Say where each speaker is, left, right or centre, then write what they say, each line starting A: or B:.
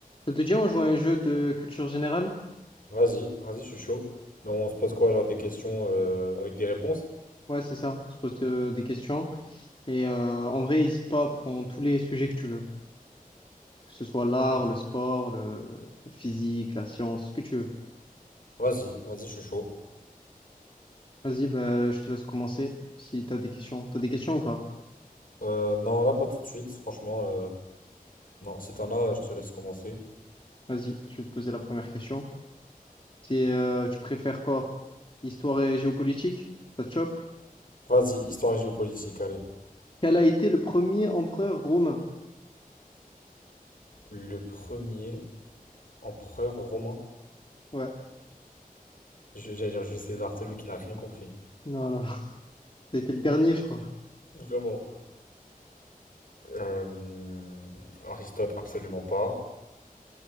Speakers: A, on the left; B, on the left.
A: Ça te dit, on joue à un jeu de culture générale?
B: Vas-y, vas-y, je suis chaud. Donc, on se pose quoi, genre des questions euh, avec des réponses?
A: Ouais, c'est ça. On se pose euh, des questions. Et euh, en vrai, n'hésite pas à prendre tous les sujets que tu veux. Que ce soit l'art,
B: Ok.
A: le sport, le... la physique, la science, ce que tu veux.
B: Vas-y, vas-y, je suis chaud.
A: Vas-y, bah, je te laisse commencer si tu as des questions. Tu as des questions ou pas?
B: Euh, non, là, pas tout de suite, franchement. euh, Non, si t'en as, euh, je te laisse commencer.
A: Vas-y, je vais te poser la première question. C'est, euh, tu préfères quoi? Histoire et géopolitique? Ça te chauffe?
B: Vas-y, histoire et géopolitique, allez.
A: Quel a été le premier empereur romain?
B: Le premier empereur romain.
A: Ouais.
B: Je- J'allais dire Jules César, c'est le mec, il a rien compris.
A: Non, non. <laughs> Ça a été le dernier, je crois.
B: Vraiment. Euh, Aristote, absolument pas.